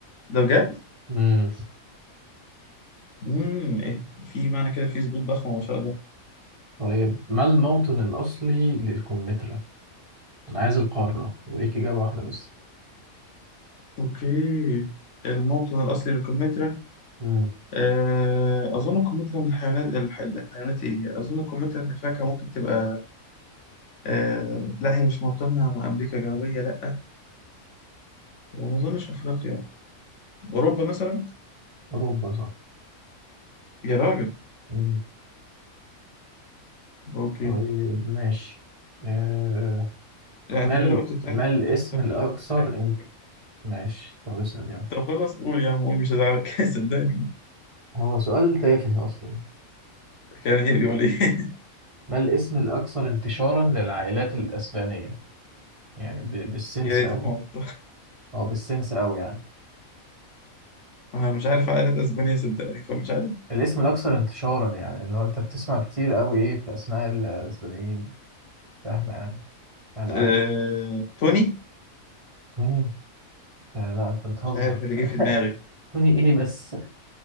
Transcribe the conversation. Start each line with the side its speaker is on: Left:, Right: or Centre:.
Left: ده بجد
Right: مم.
Left: امم إيه؟ في معنى كده في سقوط ضخم ما شاء الله
Right: طيب ما الموطن الأصلي للكمثرى انا عايز القارة وليك اجابة واحدة بس
Left: اوكي الموطن الاصلي للكمثرى
Right: مم.
Left: آه، اظن الكمثرى من الحيوانات الح- الحيوانات ايه اظن الكمثرى من الفاكهه ممكن تبقى آه، لا هي مش موطنها امريكا الجنوبيه لا وما اظنش افريقيا اوروبا مثلا
Right: اوروبا صح
Left: يا راجل
Right: مم.
Left: اوكي
Right: طيب ماشي آه.
Left: لا
Right: ما
Left: انت
Right: ال...
Left: كده قلت ده
Right: ما الاسم الاكثر
Left: كده قلت ثلاثة
Right: ان...
Left: على فكرة
Right: ماشي طب اسأل يعني
Left: طب خلاص قول يا عم قول مش هزعلك <laughs> صدقني
Right: هو سؤال تافه اصلا
Left: كان ايه بيقول ايه
Right: ما الاسم الاكثر انتشارا للعائلات الاسبانية يعني ب... بالسنس
Left: <laughs> يا ريتك
Right: قوي
Left: ما قلته
Right: او بالسنس قوي يعني
Left: انا مش عارف عائلة اسبانيا صدقني فمش عارف
Right: الاسم الاكثر انتشارا يعني اللي هو انت بتسمع كتير قوي ايه في اسماء الاسبانيين فاهمة يعني سهلة
Left: آه...
Right: قوي
Left: توني
Right: توني آه لا انت بتهزر
Left: مش عارف اللي جه
Right: <laughs>
Left: في دماغي
Right: توني ايه بس